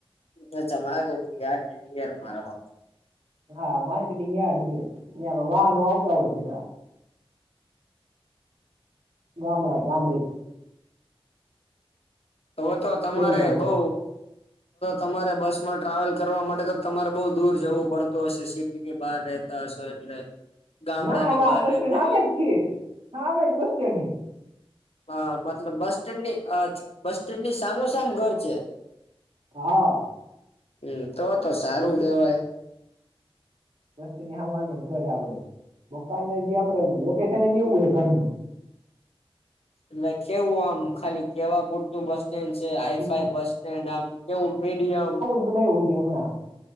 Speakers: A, on the left (about 80°); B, on the right (about 75°).
A: અચ્છા માર્કેટિંગ યાર્ડ રો હો
B: હા માર્કેટિંગ યાર્ડ છે અં વાહનો આવતા હોય બધા ગામડા ગામડાથી
A: તો તો તમારે
B: ખેડૂતો બધા
A: બઉ તમારે બસ માં ટ્રાવેલ કરવા માટે તો તમારે બઉુ દૂર જવું પડતું હશે સિટી ની બહાર રતા હશો એટલે ગામડાની
B: ના ના
A: બહાર
B: બસ
A: રહેતા
B: સ્ટેન્ડ હામે
A: હોય
B: છીએ હ જ બસડની
A: હ મતલબ બસ સ્ટેન્ડ ની અ બસ સ્ટેન્ડ ની સામોસામ ઘર છે
B: હ
A: હમ તો તો સારું કેવાય
B: વસ્તીની હમ <unintelligible> આપડે મકાન જે આપડે લોકેશન <unintelligible>
A: <unintelligible> આમ ખાલી કેવા પૂરતું બસ તેન છે આ
B: ના
A: એફાઈ બસ સ્ટેન્ડ આમ કેવું મીડિયમ
B: બનાવ હમણાં